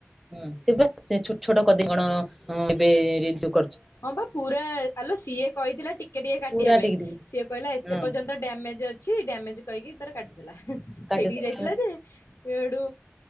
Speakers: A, in the centre; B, on the left (about 70°).
A: ହୁଁ ସେ ପୁରା ଛୋଟ ଛୋଟ କରି ଦେଇଚି କଣ ଏବେ ରିଲ୍ସି କରଚି।
B: ହଁ ବା ପୁରା ଆଲୋ ସିଏ କହିଥିଲା ଟିକେ ଟିକେ କାଟିବା
A: ପୁରା
B: ପାଇଁ
A: ଟିକି ଟିକି।
B: ସିଏ କହିଲା ଏତେ
A: ହଁ।
B: ପର୍ଯ୍ୟନ୍ତ ଡ୍ୟାମେଜ ଅଛି ଡ୍ୟାମେଜ କହିକି ତାର କାଟିଦେଲା,
A: କାଟିଦେଲେ
B: ସେଇଠିକି ଯାଇଥିଲା ଯେ ଏଇଡୁ